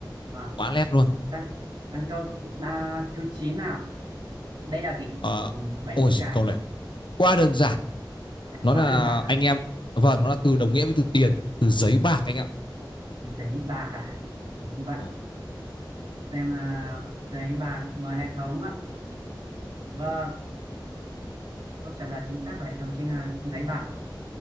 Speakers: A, on the right; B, on the left.
A: à,
B: quá lét luôn
A: sang sang câu à, thứ 9 nào đây là gì
B: Ờ,
A: còn bảy
B: ôi
A: chữ
B: giời
A: cái
B: câu này quá đơn giản nó
A: quá
B: là
A: đơn giản à
B: anh em vâng nó là từ đồng nghĩa với từ tiền từ giấy bạc anh ạ
A: giấy bạc à Đúng không vậy
B: Vâng.
A: xem là giấy bạc mời hệ thống ạ vâng câu trả lời chính xác của hệ thống chính là giấy bạc